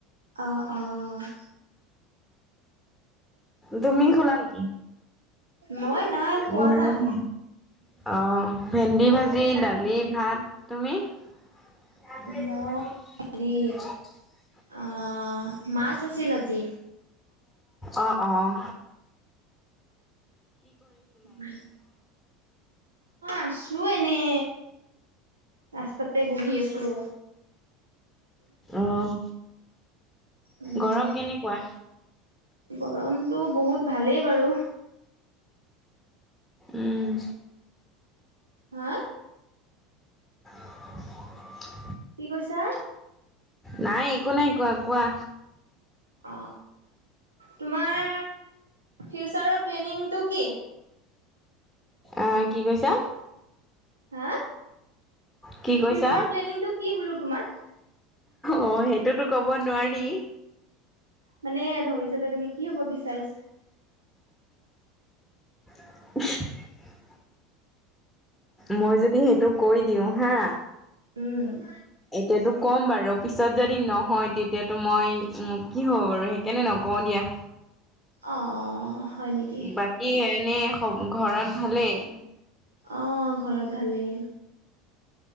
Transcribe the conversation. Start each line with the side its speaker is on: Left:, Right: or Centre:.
Right: অহ, অহ।
Centre: তুমি শুলা নেকি?
Right: মই নাই খোৱা
Centre: উম।
Right: নাই।
Centre: অ' ভেন্দি ভাজি, দালি ভাত। তুমি? <inaudible>
Right: মই হেৰি অ' মাছ আছিল আজি।
Centre: অঁ অঁ।
Right: মই, আছোঁ এনে। ৰাস্তাতে বহি আছোঁ।
Centre: অ',
Right: উম,
Centre: গৰম কেনেকুৱা?
Right: গৰমটো বহুত ভালেই বাৰু।
Centre: উম,
Right: হা?
Centre: <inaudible>
Right: কি কৈছা
Centre: নাই একো নাই কোৱা কোৱা।
Right: অ তোমাৰ ফিউচাৰৰ প্লেনিংটো কি
Centre: অ কি কৈছা
Right: হা
Centre: কি কৈছা?
Right: ফিউচাৰ প্লেনিংটো কি বোলো তোমাৰ
Centre: অ সেইটোতো ক'ব নোৱাৰি
Right: মানে ভৱিষ্যতে তুমি কি হ'ব বিচাৰিছ
Centre: <unintelligible> মই যদি সেইটো কৈ দিওঁ হা
Right: উম
Centre: এতিয়াতো ক'ম বাৰু পিছত যদি নহয় তেতিয়াতো মই কি হ'ব বাৰু সেইকাৰণে নক কও দিয়া
Right: অ হয় নেকি
Centre: বাকী এনে ঘৰত ভালেই
Right: অহ ঘৰত ভালেই